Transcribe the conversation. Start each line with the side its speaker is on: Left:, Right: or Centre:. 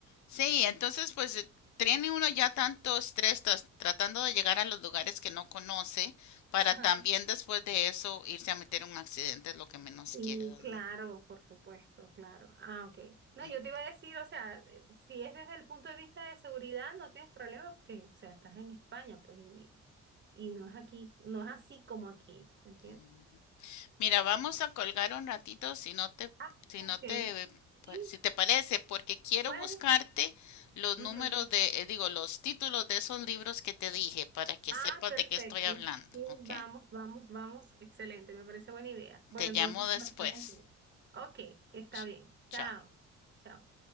Left: Sí, entonces pues eh, tiene uno ya tanto estrés tras- tratando de llegar a los lugares que no conoce para
Right: Ajá.
Left: también después de eso irse a meter en un accidente es lo que menos
Right: Y
Left: quiere, ¿no?
Right: claro, por supuesto, claro. Ah, ok. No,
Left: Mm,
Right: yo te iba a decir, o sea, eh, si es desde el punto de vista de seguridad, no tienes problema porque, o sea, estás en España, pues, y, y no es aquí, no es así como aquí, ¿entiendes?
Left: mm. Mira, vamos a colgar un ratito si no te,
Right: Ah,
Left: si
Right: ok.
Left: no te, eh, pa-
Right: Sí,
Left: si te parece, porque quiero
Right: bueno.
Left: buscarte los
Right: Ujú.
Left: números de, eh, digo, los títulos de esos libros que te dije para que
Right: Ah,
Left: sepas
Right: perfecto.
Left: de qué estoy hablando,
Right: Sí,
Left: ¿ok?
Right: vamos, vamos, vamos. Excelente, me parece buena idea. Bueno,
Left: Te
Right: entonces
Left: llamo después.
Right: conversamos luego. Ok, está
Left: Ch-
Right: bien.
Left: Chao.
Right: Chao. Chao.